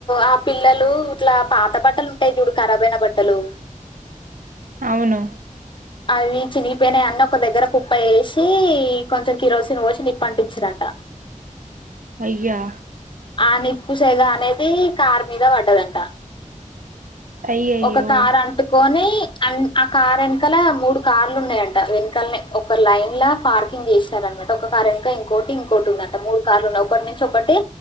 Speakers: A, on the left (about 35°); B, on the right (about 80°).
A: ఆ పిల్లలు ఇట్లా పాత బట్టలు ఉం ఉంటాయి చూడు కరాబ్ అయిన బట్టలు
B: అవును
A: అవి చినిగిపోయిన అన్ని ఒక దగ్గర కుప్ప వేసి కొంచెం కిరోసిన్ పోసి నిప్పంటిచిరంట
B: అయ్యా.
A: ఆ నిప్పుసేగ అనేది కార్ మీద వడ్డదంట.
B: అయ్యయ్యో
A: ఒక కార్ అంటుకొనీ ఆన్ ఆ కార్ ఏనుకల మూడు కార్లు ఉన్నాయంట వెనుక్లనే ఒక లైనళ్ల పార్కింగ్ జేస్తారన్నట్టు ఒక కార్ ఏన్క ఇంకోటి ఇంకోటి ఉందంట మూడు కార్లు ఉన్నాయి ఒకటి నుంచి ఒకటి.